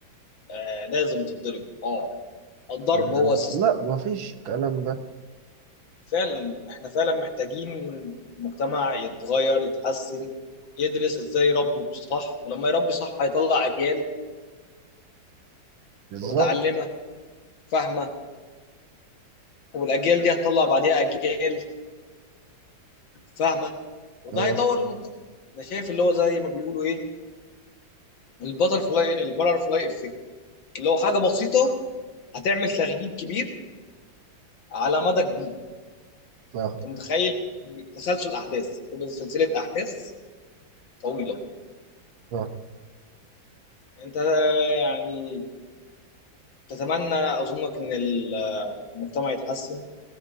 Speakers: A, on the left; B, on the right.
A: آه لازم تتضرب اه الضرب
B: آه،
A: هو اساس
B: لا
A: التق-
B: ما فيش الكلام ده
A: فعلا احنا فعلا محتاجين مجتمع يتغير يتحسن يدرس ازاي يربي صح ولما يربي صح هيطلع اجيال
B: بالظبط
A: متعلمه فاهمه والاجيال دي هتطلع بعديها اجيال فاهمه وده
B: آه،
A: هيطور المجتمع انا شايف اللي هو زي ما بيقولوا ايه البترفلاي البترفلاي افكت اللي هو حاجه بسيطه هتعمل تغيير كبير على مدى كبير
B: صح
A: انت متخيل تسلسل احداث تبقى سلسله احداث طويله
B: صح
A: انت يعني تتمنى اظنك ان المجتمع يتحسن